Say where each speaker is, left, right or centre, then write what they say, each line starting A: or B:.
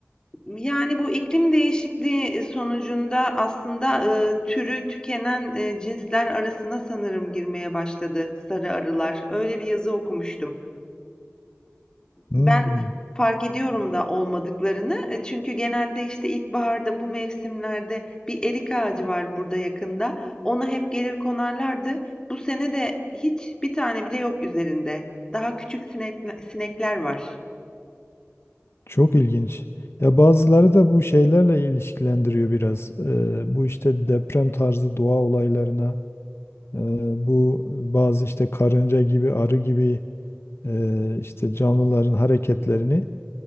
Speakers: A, on the left (about 20°); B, on the left (about 65°).
A: yani bu iklim değişikliği e, sonucunda aslında e, türü tükenen e, cinsler arasına sanırım girmeye başladı sarı arılar. Öyle bir yazı okumuştum.
B: Hmm.
A: ben fark ediyorum da olmadıklarını. E, çünkü genelde, işte, ilkbaharda bu mevsimlerde bir erik ağacı var burada yakında. Ona hep gelir konarlardı. Bu sene de hiç bir tane bile yok üzerinde. Daha küçük sinek sinekler var.
B: Çok ilginç. Ya bazıları da bu şeylerle ilişkilendiriyor biraz. E, bu işte deprem tarzı doğa olaylarına, e, bu bazı işte karınca gibi, arı gibi e, işte canlıların hareketlerini.